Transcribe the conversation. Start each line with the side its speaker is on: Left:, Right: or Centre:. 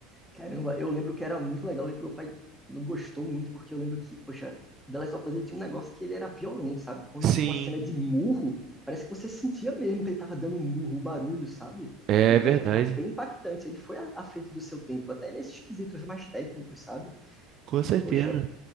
Centre: Caramba, eu lembro que era muito legal e que meu pai não gostou muito, porque eu lembro que, poxa, The Last of Us ele tinha um negócio que ele era violento, sabe? Quando
Right: Sim,
Centre: tinha uma cena de murro, parece que você sentia mesmo que ele tava dando um murro, um barulho, sabe?
Right: é
Centre: Então
Right: verdade.
Centre: era bem impactante. Ele foi à à frente do seu tempo, até nesses quesitos mais técnicos, sabe?
Right: Com certeza.
Centre: E, poxa,